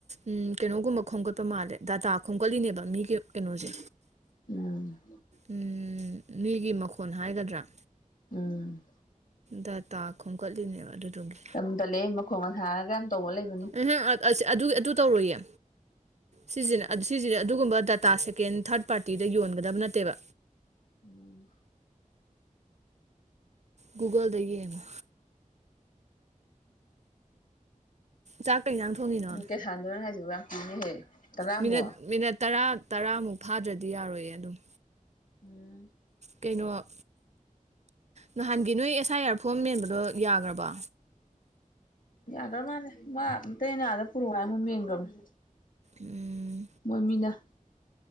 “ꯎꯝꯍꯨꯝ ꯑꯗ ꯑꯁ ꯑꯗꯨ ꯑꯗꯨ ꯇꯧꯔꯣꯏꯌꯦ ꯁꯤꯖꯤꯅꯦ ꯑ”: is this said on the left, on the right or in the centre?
Right